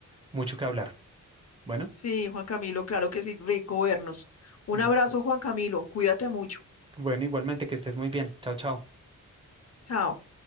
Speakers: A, on the right; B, on the left.
A: mucho que hablar. Bueno,
B: Sí, Juan Camilo, claro que sí, rico vernos. Un
A: bu-
B: abrazo, Juan Camilo, cuídate mucho.
A: bueno, igualmente que estés muy bien. Chao, chao.
B: Chao.